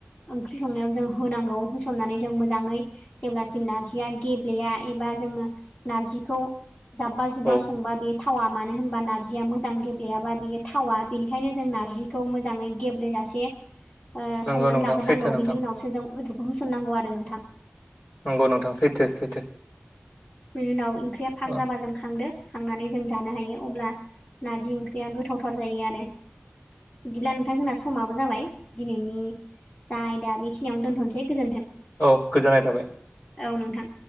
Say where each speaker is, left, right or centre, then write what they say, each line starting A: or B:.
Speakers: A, on the left (about 35°); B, on the left (about 70°).
A: ओंख्रि संनायाव जों होनांगौ होसननानै जों मोजाङै जेब्लासिम नारजिया गेब्लेया एबा जोङो नारजिखौ जाब्बा जुब्बा
B: औ
A: संबा बेयो थावा मानो होनबा नारजिया मोजां गेब्लेयाबा बेयो थावा बेनिखायनो जों नारजिखौ मोजाङै गेब्लेेजासे ओ
B: नंगौ
A: संनानै
B: नोंथां
A: लाग्रोनांगौ
B: सैथो नोंथां
A: बिनि उनावसो जों बेदरखौ होसननांगौ आरो नोंथां।
B: नंगौ नोंथां सैथो सैथो।
A: बिनि उनाव ओंख्रिया फाग
B: औ
A: जाबा जों खांदो। खांनानै जों जानो हायो अब्ला नारजि ओंख्रिया गोथावथार जायो आरो। बिदिब्ला नोंथां जोंना समाबो जाबाय दिनैनि जा आयदा बेखिनियावनो दोनथ'नोसै गोजोन्थों।
B: औ गोजोननाय थाबाय‌।
A: औ नोंथां।